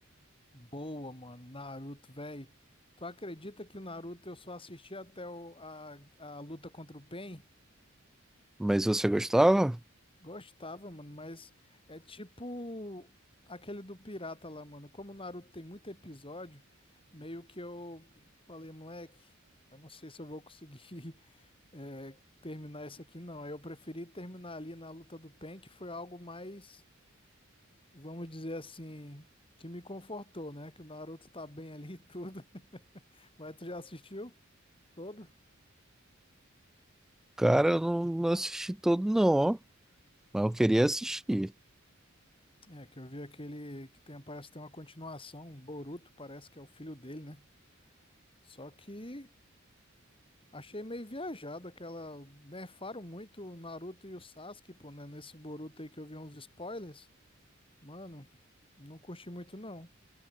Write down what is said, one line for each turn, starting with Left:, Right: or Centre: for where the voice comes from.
Left: Boa, mano. Naruto, véi. Tu acredita que o Naruto eu só assisti até o- a, a luta contra o Pain?
Centre: Mas você gostava?
Left: Gostava, mano, mas é tipo aquele do pirata lá, mano. Como o Naruto tem muito episódio, meio que eu falei, moleque, eu não sei se eu vou conseguir <laughs> eh, terminar isso aqui, não. Aí Eu preferi terminar ali na luta do Pen, que foi algo mais, vamos dizer assim, que me confortou, né? Que o Naruto tá bem ali e tudo. <laughs> Mas tu já assistiu todo?
Centre: Cara, eu não, não assisti todo, não, ó. Mas eu queria assistir.
Left: É, que eu vi aquele que tem, parece que tem uma continuação, um Boruto, parece que é o filho dele, né? Só que Achei meio viajado aquela. Nerfaram muito o Naruto e o Sasuke, pô, né? Nesse Boruto aí que eu vi uns spoilers. Mano, não curti muito não.